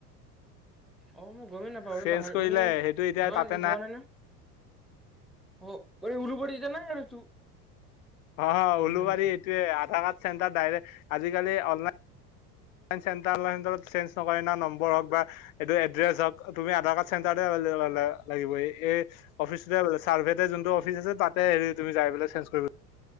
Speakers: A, in the centre; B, on the left.
A: অ', মই গমেই নাপাওঁ
B: চেঞ্জ
A: এই পাহৰি
B: কৰিলে
A: মানে
B: সেইটো এতিয়া
A: যোৱা
B: তাতে
A: যোৱা নাই ন অ', কৰি উলুবাৰী যে নে তো
B: অ',
A: উম
B: উলুবাৰী এইটোৱে আধাৰ কাৰ্ড চেণ্টাৰ ডাইৰেক আজিকালি অল লা চেন্টাৰ লাইণ্ডত চেঞ্জ নকৰে না নম্বৰ হওঁক বা এড্ৰেছ হওঁক, তুমি আধাৰ কাৰ্ড চেন্টাৰতে <unintelligible> লাগিব, সেই অ'ফিচটোতে চাৰ্ভেতে যোনটো অফিচ তাতে হেৰি তুমি যায় পিলে চেঞ্জ কৰিব